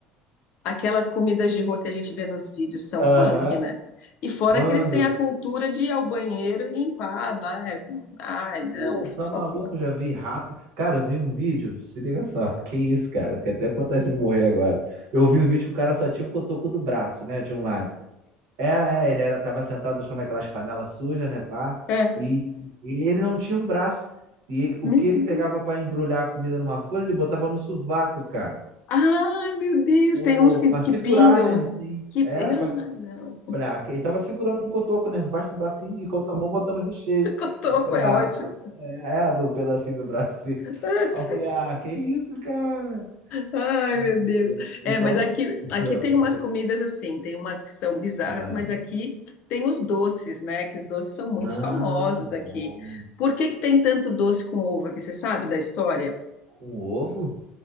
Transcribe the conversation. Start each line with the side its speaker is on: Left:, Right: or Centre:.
Left: Aquelas comidas de rua que a gente vê nos vídeos são
Right: Aham.
Left: punk, né? E fora
Right: Mano,
Left: que eles têm a cultura de ir ao banheiro e limpar, né? Ai, não,
Right: Pô,
Left: por
Right: tá
Left: favor.
Right: maluco? Eu Já vi rato. Cara, eu vi um vídeo, se liga só, <laughs> que isso, cara, que até vontade de morrer agora. Eu vi um vídeo que o cara só tinha um cotoco do braço, né, de um lado. É, é, ele era, tava sentado no chão naquelas panelas sujas, né, pá,
Left: É.
Right: e, e ele não tinha um braço. E o
Left: Meu
Right: que ele pegava
Left: Deus.
Right: pra embrulhar a comida numa folha, ele botava no sovaco, cara.
Left: Ai, meu Deus,
Right: Pô,
Left: tem uns que,
Right: pra
Left: que
Right: segurar,
Left: pingam.
Right: né,
Left: assim,
Right: assim.
Left: Que...
Right: É,
Left: Ai,
Right: pra
Left: não.
Right: Falei, ah, que- ele tava segurando com o cotoco, né? Embaixo do braço, assim, e com a outra mão botando o recheio.
Left: <laughs> Cotoco
Right: Eu falei,
Left: é
Right: ah,
Left: ótimo.
Right: é é a do pedacinho do braço, assim.
Left: <laughs>
Right: Aí eu falei, ah, que isso, cara?
Left: Ai, meu
Right: Ai, meu
Left: Deus.
Right: Deus. Então.
Left: É, mas aqui,
Right: <laughs>
Left: aqui tem umas comidas assim, tem umas que são bizarras,
Right: Ah,
Left: mas aqui tem os doces, né? Que os doces são muito
Right: ah,
Left: famosos aqui.
Right: bom.
Left: Por que que tem tanto doce com uva? Que você sabe da história?
Right: Com ovo?